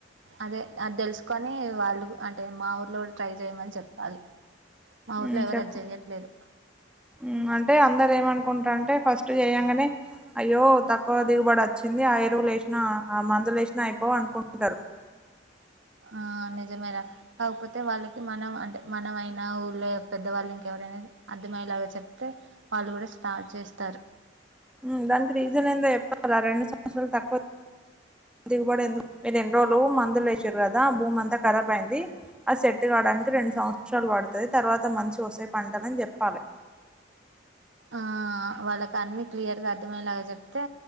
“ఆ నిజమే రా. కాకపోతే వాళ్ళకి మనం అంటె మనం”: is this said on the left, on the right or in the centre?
Right